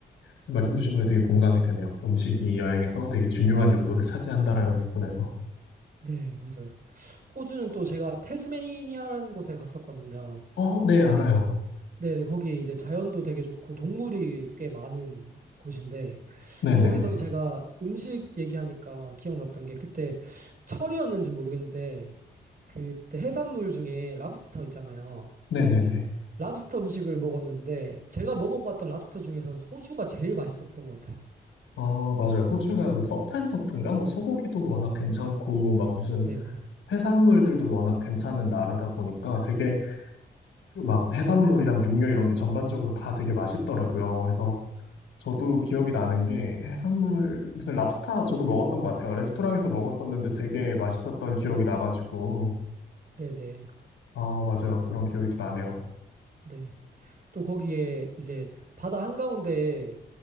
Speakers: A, on the left; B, on the right.
A: 지금 말씀 주신 거에 되게 공감이 되네요. 음식이 여행에서 되게 중요한 요소를 차지한다라는 부분에서.
B: 네, 맞아요. 호주는 또 제가 태즈메니아라는 곳에 갔었거든요.
A: 어, 네, 알아요.
B: 네, 네. 거기 이제 자연도 되게 좋고 동물이 꽤 많은 곳인데
A: 네네네.
B: 거기서 제가 음식 얘기하니까 기억났던 게 그때 철이었는지 모르겠는데 그때 해산물 중에 랍스터 있잖아요.
A: 네네네.
B: 랍스터 음식을 먹었는데 제가 먹어봤던 랍스터 중에서는 호주가 제일 맛있었던 것 같아요.
A: 아, 맞아요. 호주가 그 서프앤터프인가? 뭐 소고기도 워낙 괜찮고, 막 무슨
B: 네, 네.
A: 해산물들도 워낙 괜찮은 나라다 보니까 되게 그 막 해산물이랑 육류 이런 게 전반적으로 다 되게 맛있더라고요. 그래서 저도 기억이 나는 게 해산물, 무슨 랍스타 저도 먹었던 것 같아요. 레스토랑에서 먹었었는데 되게 맛있었던 기억이 나가지고.
B: 네, 네.
A: 아, 맞아요. 그런 기억이 또 나네요.
B: 네. 또 거기에 이제 바다 한가운데